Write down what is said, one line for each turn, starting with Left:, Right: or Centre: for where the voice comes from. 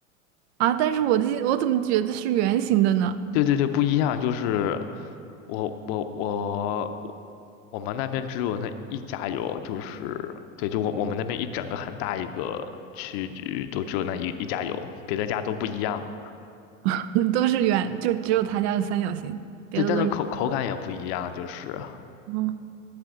Right: 啊，但是我记我怎么觉得是圆形的呢？
Left: 对对对，不一样，就是我我我我我们那边只有那一家有，就是对，就我我们那边一整个很大一个区域都只有那一一家有，别的家都不一样，
Right: <laughs> 都是圆，就只有他家的三角形，别的都是。
Left: 对，但是口口感也不一样，就是。
Right: 嗯，